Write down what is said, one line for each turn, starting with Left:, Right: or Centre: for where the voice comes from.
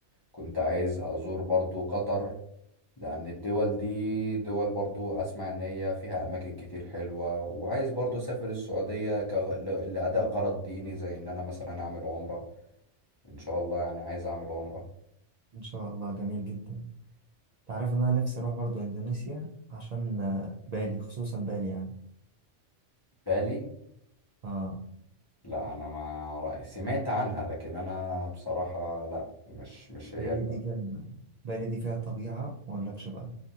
Left: كنت عايز ازور برضو قطر لأن الدول دي دول برضو أسمع إن هي فيها أماكن كتير حلوة وعايز برضو أسافر السعودية ك... ل- لأداء غرض ديني زي إن أنا مثلا أعمل عمرة إن شاء الله يعني عايز أعمل عمرة
Right: إن شاء الله جميل جدا تعرف إن أنا نفسي أروح برضو إندونيسيا عشان آه، بالي خصوصا بالي يعني
Left: بالي
Right: آه
Left: لا أنا ما رأي- سمعت عنها لكن أنا بصراحة لا مش مش هي
Right: بالي
Left: اللي.
Right: دي جنب بالي دي فيها طبيعة ما أقولكش بقى